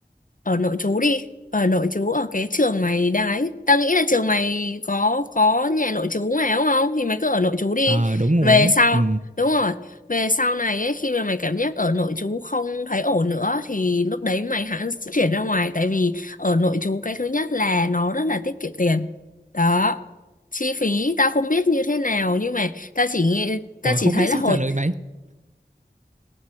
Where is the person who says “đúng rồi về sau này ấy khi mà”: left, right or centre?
Left